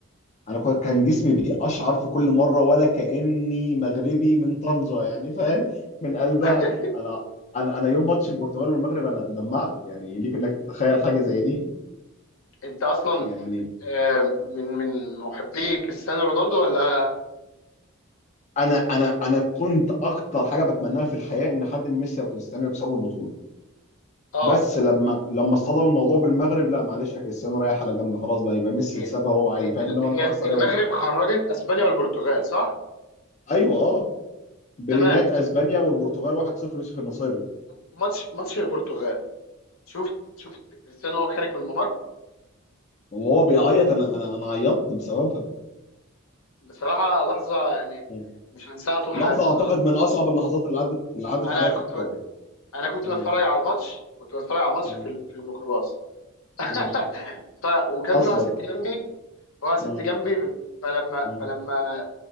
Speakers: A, on the left; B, on the left.
A: انا كو- كان جسمي بيقشعر في كل مره ولا كاني مغربي من طنجه يعني فاهم من قلبها
B: <laughs>
A: انا انا انا يوم ماتش البرتغال والمغرب انا دمعت يعني ليك انك تتخيل حاجه زي دي
B: انت اصلا
A: يعني
B: آه، من من محبي كريستيانو رونالدو ولا
A: انا انا انا كنت اكتر حاجه بتمناها في الحياه ان حد من ميسي او كريستيانو يكسبوا البطوله
B: اه
A: بس لما لما اصطدم الموضوع بالمغرب لا معلش يا كريستيانو رايح على جنب خلاص بقى يبقى ميسي
B: هي
A: يكسبها هو عادي
B: هي
A: فاهم انما
B: هي
A: انت اخسر
B: المغرب
A: إيه ولا
B: خرجت اسبانيا والبرتغال صح
A: ايوه اه بلينات
B: تمام
A: اسبانيا والبرتغال 1-0 يوسف النصيري
B: ماتش ماتش البرتغال شفت شفت كريستيانو وهو خارج من الممر
A: وهو بيعيط انا انا انا عيطت بسببها
B: بصراحه لحظه يعني
A: مم.
B: مش هنساها طول
A: لحظه
B: حياتي بصراحه
A: اعتقد من اصعب اللحظات اللي عدت اللي عدت
B: انا
A: عليا
B: كنت
A: في الكوره
B: انا كنت
A: مم.
B: بتفرج على الماتش كنت بتفرج على الماتش
A: مم.
B: في ال- في الميكروباص <laughs>
A: مم.
B: ف وكان
A: اصلا
B: في واحد ست جنبي واحد
A: مم.
B: ست جنبي فلما
A: مم.
B: فلما آه،